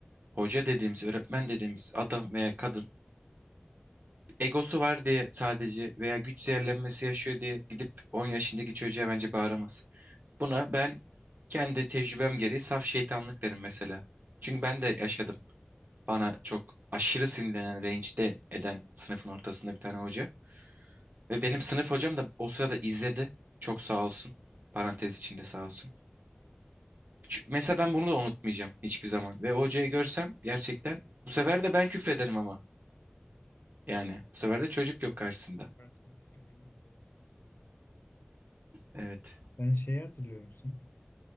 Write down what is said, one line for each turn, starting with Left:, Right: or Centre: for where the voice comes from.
Right: hoca dediğimiz, öğretmen dediğimiz adam veya kadın egosu var diye sadece veya güç zehirlenmesi yaşıyor diye gidip 10 yaşındaki çocuğa bence bağıramaz. Buna ben kendi tecrübem gereği saf şeytanlık derim mesela. Çünkü ben de yaşadım. Bana çok aşırı sinirlenen, rencide eden sınıfın ortasında bir tane hoca. Ve benim sınıf hocam da o sırada izledi. Çok sağ olsun. Parantez içinde sağ olsun. Çünkü mesela ben bunu da unutmayacağım hiçbir zaman. Ve o hocayı görsem gerçekten bu sefer de ben küfrederim ama. Yani bu sefer de çocuk yok karşısında.
Left: Farklılık görebiliriz evet aslında.
Right: Evet.
Left: Sen şeyi hatırlıyor musun?